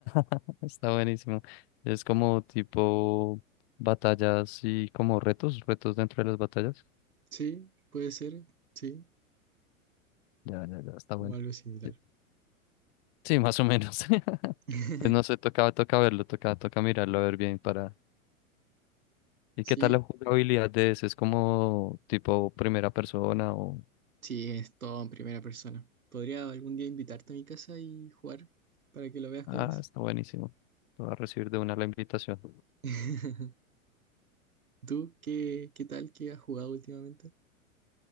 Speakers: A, on the left; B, on the right.
A: <laughs> Está buenísimo. Es como tipo batallas y como retos, retos dentro de las batallas.
B: Sí, puede ser, sí,
A: Ya, ya, ya, está bueno.
B: o algo similar.
A: Sí, sí, más o menos. <laughs>
B: <laughs>
A: Pues no sé, toca, toca verlo, toca, toca mirarlo a ver bien para... ¿Y
B: Sí,
A: qué tal la jugabilidad de ese? ¿Es como tipo primera persona o...?
B: sí, es todo en primera persona. Podría algún día invitarte a mi casa y jugar para que lo veas
A: Ah,
B: cómo es.
A: está buenísimo. Te Voy a recibir de una la invitación.
B: <laughs> ¿Tú qué, qué tal que has jugado últimamente?